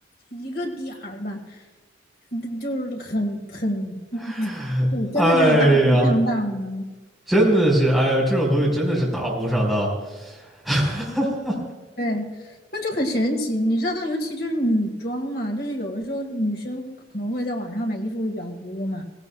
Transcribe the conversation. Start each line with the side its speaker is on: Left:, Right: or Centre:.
Left: 一个点儿吧，嗯就是很很嗯，
Centre: <laughs>
Left: 就真的就是大富上当。
Centre: 哎呀。真的是，哎呀，这种东西真的是大呼上当。<laughs>
Left: 对，那就很神奇。你知道，尤其就是女装嘛，就是有的时候女生可能会在网上买衣服会比较多嘛，